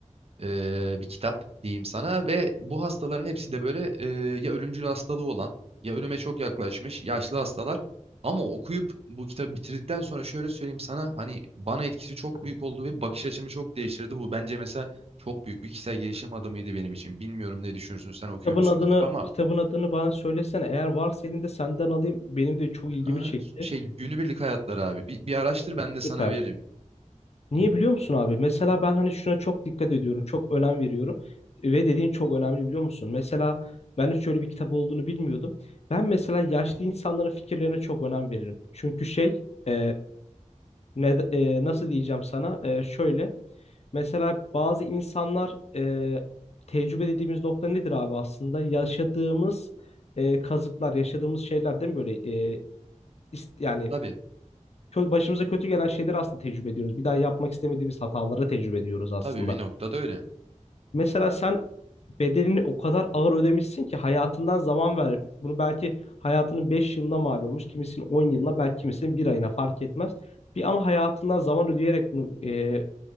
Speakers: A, on the right; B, on the left.
A: eee, bir kitap diyeyim sana ve bu hastaların hepsi de böyle eee, ya ölümcül hastalığı olan ya ölüme çok yaklaşmış yaşlı hastalar. Ama okuyup bu kitabı bitirdikten sonra şöyle söyleyeyim sana hani bana etkisi çok büyük oldu ve bakış açımı çok değiştirdi. Bu bence mesela çok büyük bir kişisel gelişim adımıydı benim için. Bilmiyorum ne düşünürsün sen okuyor
B: Kitabın
A: musun
B: adını
A: kitap ama
B: kitabın adını bana söylesene. Eğer varsa elinde senden alayım. Benim de çok ilgimi
A: ha,
B: çekti.
A: şey günübirlik hayatları abi bir, bir araştır ben de sana
B: Süper.
A: veririm.
B: Niye
A: Hı hı.
B: biliyor musun abi? Mesela ben hani şuna çok dikkat ediyorum, çok önem veriyorum ve dediğin çok önemli biliyor musun? Mesela ben hiç öyle bir kitap olduğunu bilmiyordum. Ben mesela yaşlı insanların fikirlerine çok önem veririm. Çünkü şey, e, ne, e, nasıl diyeceğim sana? E, şöyle, mesela bazı insanlar e, tecrübe dediğimiz nokta nedir abi aslında? Yaşadığımız e, kazıklar, yaşadığımız şeyler değil mi böyle? E, ist- yani
A: Tabii
B: kö- başımıza kötü gelen şeyleri aslında tecrübe ediyoruz. Bir daha yapmak istemediğimiz hataları tecrübe ediyoruz aslında.
A: tabii bir noktada öyle.
B: Mesela sen bedelini o kadar ağır ödemişsin ki hayatından zaman ver. Bunu belki hayatının 5 yılına mal olmuş, kimisinin 10 yılına, belki kimisinin bir ayına fark etmez. Bir ama hayatından zaman ödeyerek bunu e,